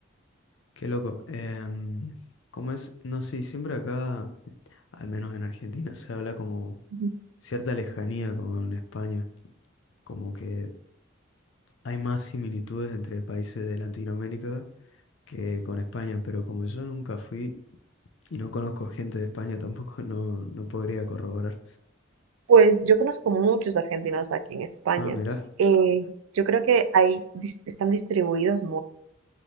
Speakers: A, on the left; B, on the right.
A: qué loco. Em, ¿cómo es? No sé, siempre acá, al menos en Argentina, se habla como
B: Ujú.
A: cierta lejanía con España, como que hay más similitudes entre países de Latinoamérica que con España, pero como yo nunca fui y no conozco gente de España <laughs> tampoco, no, no podría corroborar.
B: Pues yo conozco muchos argentinos aquí en España.
A: Ah, mirá,
B: Eh, yo creo que ahí dis- están distribuidos